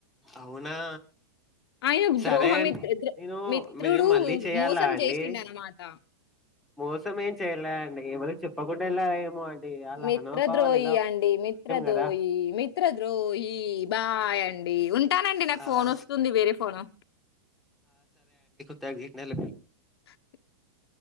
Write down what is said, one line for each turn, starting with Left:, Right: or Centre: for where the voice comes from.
Centre: అవునా
Left: ఆయన
Centre: సరే
Left: ద్రోహమిత్ర
Centre: అండి
Left: ద
Centre: నేను
Left: మిత్రుడు
Centre: మీరు మళ్ళీ చేయాలా
Left: మోసం
Centre: అండి
Left: చేసిండు అనమాట
Centre: మోసం ఏం చెయలే అండి ఏవరు చెప్పకుండా ఎలా ఏమో అండి అ వాళ్ళ
Left: మిత్రద్రోహి
Centre: హానుభావాలు
Left: అండి మిత్రదోయి
Centre: కదా
Left: మిత్రద్రోహి బాయ్ అండి ఉంటానండి నాకు
Centre: ఆ
Left: ఫోన్ వస్తుంది వేరే ఫోను
Centre: ద గిన్నెలు
Left: <inaudible>